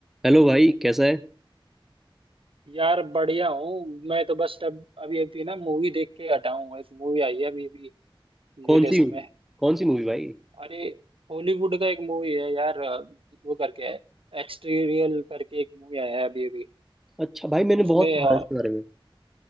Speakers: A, in the centre; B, on the right.
A: Hello भाई कैसा है
B: यार बढ़िया हूँ मैं तो बस अब अभी अभी ना मूवी देख के हटा हूँ एक मूवी आई है अभी अभी
A: कौन
B: लेटेस्ट
A: सी
B: में
A: कौन सी मूवी भाई
B: अरे हॉलीवुड का एक मूवी है यार अ, वो करके है एक्सटीरियल करके एक मूवी आया है अभी अभी
A: अच्छा भाई मैंने
B: उसमें
A: बहुत सुना
B: अ,
A: है इसके बारे में